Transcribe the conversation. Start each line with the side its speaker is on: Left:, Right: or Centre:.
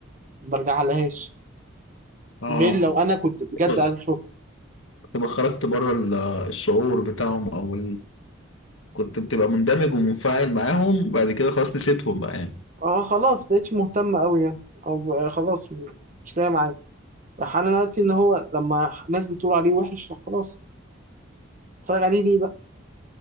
Right: ما برجع لهاش
Left: اه
Right: غير لو انا كنت بجد
Left: خلاص
Right: عايز اشوفها
Left: تبقى خرجت بره ال- الشعور بتاعهم او ال... كنت بتبقى مندمج ومنفعل معاهم بعد كده خلاص نسيتهم بقى يعني
Right: اه خلاص بقتش مهتمة أوي يعني أو بقى خلاص م- مش لاقي معايا راح أنا دلوقتي إن هو لما ناس بتقول عليه وحش راح خلاص اتفرج عليه ليه بقى